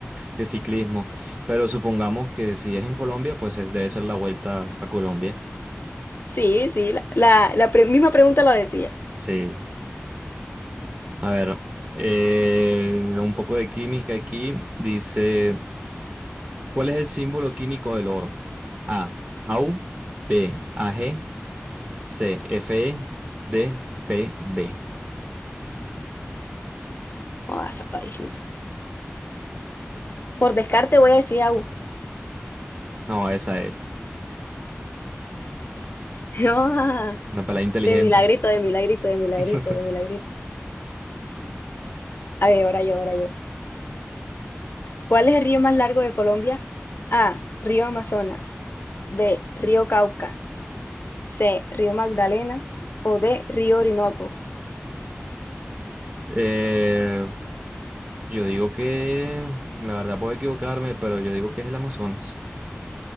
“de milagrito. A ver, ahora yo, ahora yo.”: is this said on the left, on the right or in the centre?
Left